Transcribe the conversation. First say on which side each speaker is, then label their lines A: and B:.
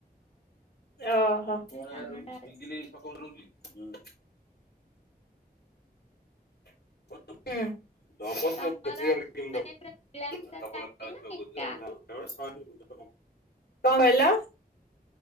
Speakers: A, on the left; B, on the left.
A: ଓହୋ। <unintelligible>
B: ସାନଟା ଅଛି
A: <inaudible> <unintelligible> ହୁଁ।
B: ତମର
A: <unintelligible>
B: ମାନେ ପୁରା ମିଳାମିଶା ଫ୍ୟାମିଲି ନା ଏକା?
A: କଣ କହିଲ?